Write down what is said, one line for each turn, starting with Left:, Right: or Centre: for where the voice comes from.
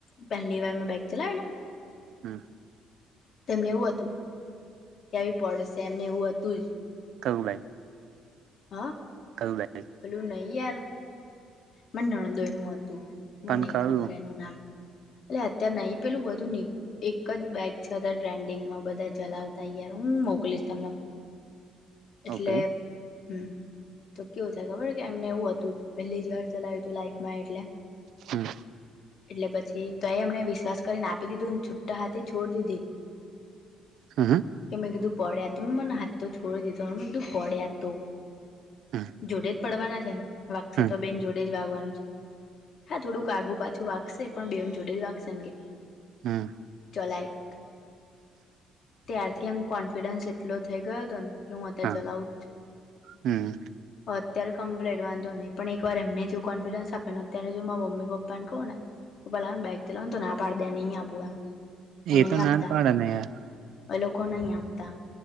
Left: પહેલી વાર મેં બાઈક ચલાવી ને
Right: હમ
Left: તેમને એવું હતું આવી પડશે એમને એવું હતું જ.
Right: કવું લ
Left: હા
Right: ખલ્ બે
Left: લું નહી યાર. મને નણદોયનું હતું મને
Right: પણ
Left: નહી
Right: કયું
Left: ખબર એનું નામ. એલે અત્યાર નહીં પેલું બધું ન એક જ બાક છતા ટ્રેન્ડિંગમાં બધા ચલાવતા યાર હું મોકલીશ તમને ફોન એટલે
Right: ઓકે
Left: હમ તો કેવું થાય ખબર કે એમને એવું હતું પહેલી જ વાર ચલાવ્યું તું લાઈફમાં એટલે
Right: હમ.
Left: એટલે પછી તો એ એમને વિશ્વાસ કરીને આપી દીધુંને છુટ્ટા હાથે છોડ દીધી.
Right: હમ હ
Left: કે મેં કીધું પડ્યા તો મેં મને હાથ તો છોડી દીધો મે કીધું પડ્યા તો
Right: હમ
Left: જોડે જ પડવાના છે ને વાકસે
Right: હમ
Left: તો બેન જોડે જ વાગવાનું છે. હા થોડુંક આગું પાછું વાગશે પણ બેન જોડે જ વાગશે ને કે.
Right: હમ.
Left: ચલાયક ત્યારથી આમ કોન્ફિડન્સ એટલો થઈ ગયો હતો ને ચલાઉ
Right: હા હમ
Left: હ અત્યારે કમ્પ્લેટ વાંધો નહીં પણ એક વાર એમને જો કોન્ફિડન્સ આપે ને અત્યારે જો મા મમ્મી પપ્પા ને કોણ ભલા બા બેક ચલા ત ના પાડ દે નહી આપું એમ નહી
Right: એ તો
Left: આપતા
Right: ના જ પાડે ને યાર
Left: લોકો નહી આપતા